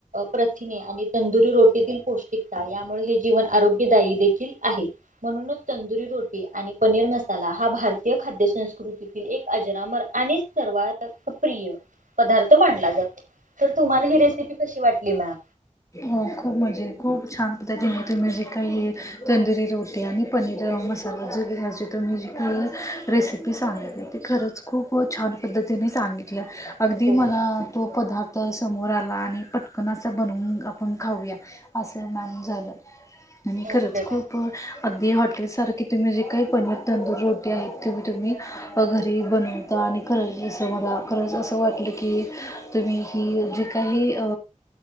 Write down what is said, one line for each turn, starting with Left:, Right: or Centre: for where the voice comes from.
Right: प्रथिने आणि तंदुरी रोटीतील पौष्टिक यामुळे हे जीवन आरोग्यदायी देखील आहे म्हणूनच तंदुरी रोटी आणि पनीर मसाला हा भारतीय खाद्य संस्कृतीतील एक अजरामर आणि सर्वात प्रिय पदार्थ मनाला जातो तर तुम्हाला ही रेसिपी कशी वाटली मॅम
Left: हो खूप मजे खूप छान पद्धतीने तुम्ही जे काही तंदुरी रोटी आणि पनीर मसाला <unintelligible> पद्धतीने सांगितल्या अगदी
Right: हो.
Left: मला तो पदार्थ समोर आला आणि पटकन असं बनवून आपण खाऊया असं मन झालं. आणि खरंच
Right: ओके मॅम.
Left: खूप अगदी हॉटेल सारखे तुम्ही जे काय पनीर तंदूर रोटी आहेत तुम्ही तुम्ही घरी बनवता आणि खरंच जसं मला खरंच असं वाटलं की, तुम्ही हि जे काही अ